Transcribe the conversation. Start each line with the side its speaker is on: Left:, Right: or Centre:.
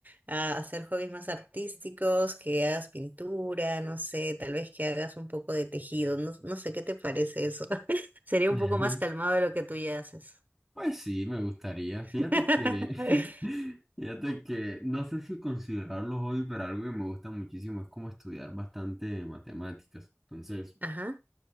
Right: a hacer hobbies más artísticos, que hagas pintura, no sé, tal vez que hagas un poco de tejido, no, no sé qué te parece eso. <laughs> Sería
Centre: <laughs>
Right: un poco más calmado de lo que tú ya haces.
Centre: Pues sí, me gustaría. Fíjate
Right: <laughs>
Centre: que, <laughs> fíjate que no sé si considerarlo hobby, pero algo que me gusta muchísimo es como estudiar bastante matemáticas. Entonces,
Right: Ajá,